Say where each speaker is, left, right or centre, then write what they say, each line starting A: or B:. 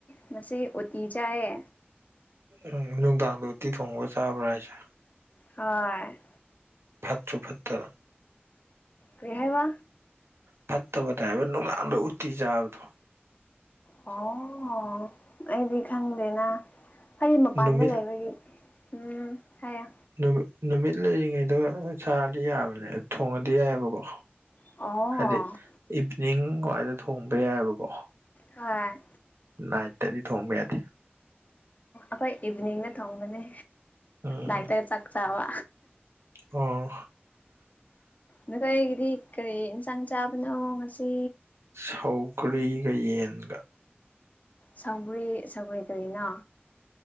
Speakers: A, on the left (about 40°); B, on the right (about 85°).
A: ꯉꯁꯤ ꯎꯇꯤ ꯆꯥꯏꯌꯦ
B: ꯎꯝ ꯅꯨꯡꯗꯥꯡꯗꯣ ꯎꯇꯤ ꯊꯣꯡꯉꯒ ꯆꯥꯕ꯭ꯔꯥ ꯍꯥꯏꯁꯦ
A: ꯍꯣꯏ
B: ꯐꯠꯁꯨ ꯐꯠꯇꯕ
A: ꯀꯔꯤ ꯍꯥꯏꯕ
B: ꯐꯠꯇꯕꯅꯦ ꯍꯥꯏꯕ ꯅꯨꯡꯗꯥꯡꯗ ꯎꯇꯤ ꯆꯥꯕꯗꯣ
A: ꯑꯣ ꯑꯩꯗꯤ ꯈꯪꯗꯦꯅ ꯑꯩꯗꯤ ꯃꯄꯥꯟꯗ
B: ꯅꯨꯃꯤꯠ
A: ꯂꯩꯕꯒꯤ ꯎꯝ ꯍꯥꯏꯌꯣ
B: ꯅꯨꯃꯤꯠ ꯅꯨꯃꯤꯠ ꯂꯩꯔꯤꯉꯩꯗ ꯆꯥꯔꯗꯤ ꯌꯥꯕꯅꯦ ꯊꯣꯡꯉꯗꯤ ꯌꯥꯏꯕꯀꯣ
A: ꯑꯣ
B: ꯍꯥꯏꯗꯤ ꯏꯚꯅꯤꯡ ꯋꯥꯏꯗ ꯊꯣꯡꯕ ꯌꯥꯏꯕꯀꯣ
A: ꯍꯣꯏ
B: ꯅꯥꯏꯠꯇꯗꯤ ꯊꯣꯡꯕ ꯌꯥꯗꯦ
A: ꯑꯩꯈꯣꯏ ꯏꯚꯤꯅꯤꯡꯗ ꯊꯣꯡꯕꯅꯦ
B: ꯎꯝ
A: ꯅꯥꯏꯠꯇ ꯆꯥꯛ ꯆꯥꯕ
B: ꯑꯣ
A: ꯅꯈꯣꯏꯒꯤꯗꯤ ꯀꯔꯤ ꯏꯟꯁꯥꯡ ꯆꯥꯕꯅꯣ ꯉꯁꯤ
B: ꯁꯧꯒ꯭ꯔꯤꯒ ꯌꯦꯟꯒ
A: ꯁꯧꯒꯔ꯭ꯤ ꯁꯧꯒ꯭ꯔꯤ ꯀꯔꯤꯅꯣ